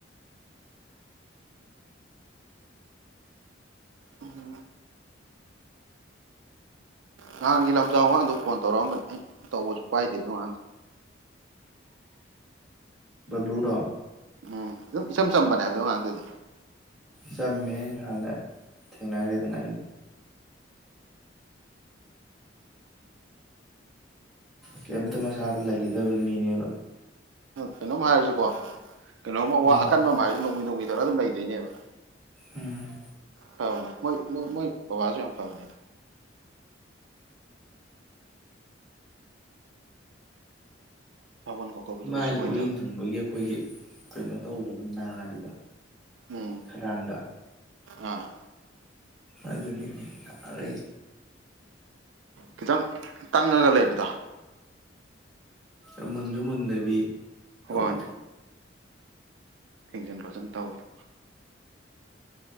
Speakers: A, on the right; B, in the centre.
A: ꯎꯝ ꯅꯍꯥꯟꯒꯤ ꯂꯝꯖꯥꯎ ꯋꯥꯉꯥꯡꯗꯣ ꯐꯣꯟ ꯇꯧꯔꯛꯑꯝꯕꯅꯤ ꯑꯩ ꯇꯧꯕꯁꯨ ꯄꯥꯏꯗꯦꯗꯣ ꯑꯉꯥꯡꯗ
B: ꯕ꯭ꯂꯨꯔꯣ
A: ꯎꯝ ꯑꯗꯨꯝ ꯏꯆꯝ ꯆꯝꯕꯅꯦ ꯍꯥꯏꯕꯗꯣ ꯃꯉꯥꯟꯗꯨꯗꯤ
B: ꯆꯃꯦ ꯍꯥꯟꯅ ꯊꯦꯡꯅꯈ꯭ꯔꯦꯗꯅ ꯑꯩꯁ ꯀꯩꯝꯇ ꯃꯁꯥꯗ ꯂꯩꯒꯗꯕ ꯃꯤꯅꯦꯕ
A: ꯀꯩꯅꯣꯝ ꯍꯥꯏꯔꯁꯨ ꯀꯣ ꯀꯩꯅꯣꯝꯃ ꯋꯥ
B: ꯎꯝ
A: ꯑꯀꯟꯕ ꯑꯃ ꯍꯥꯏꯔꯁꯨ ꯅꯣꯡꯃ ꯅꯣꯡꯃ ꯊꯧꯔ ꯑꯗꯨꯝ ꯂꯩꯗꯣꯏꯅꯦꯕ
B: ꯎꯝ
A: ꯐꯔꯅꯦꯣꯏ ꯃꯣꯏ ꯕꯕꯥꯁꯨ ꯌꯥꯝ ꯐꯔ ꯁꯥꯎꯒꯟ ꯈꯣꯠꯀꯕꯗꯣ
B: ꯃꯥꯏꯒꯤ
A: ꯀꯩꯁꯨ ꯑꯣꯏꯗꯕꯅꯤ
B: ꯎꯔꯤꯡ ꯊꯣꯡꯕꯒꯤ ꯑꯩꯈꯣꯏꯒꯤ ꯀꯩꯅꯣ ꯇꯧꯗꯕꯅ ꯍꯥꯏꯕꯗꯣ
A: ꯎꯝ
B: ꯈꯗꯥꯥꯡꯗ
A: ꯑꯥ
B: ꯑꯗꯨ ꯑꯗꯨꯅꯤ ꯑꯣꯏ
A: ꯈꯤꯇꯪ ꯇꯪꯉꯒ ꯂꯩꯕꯗꯣ
B: ꯎꯝ ꯃꯨꯟꯁꯨ ꯃꯨꯟꯗꯕꯤ
A: ꯍꯣꯏꯅꯦ
B: ꯇꯧꯕꯤꯗꯣ
A: ꯐꯤꯖꯟ ꯈꯣꯖꯟ ꯇꯧꯋꯔꯦ